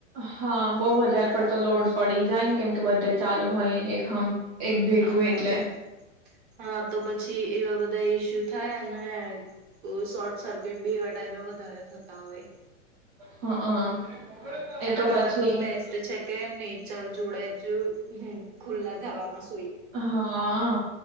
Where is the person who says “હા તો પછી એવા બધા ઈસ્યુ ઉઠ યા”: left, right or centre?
Right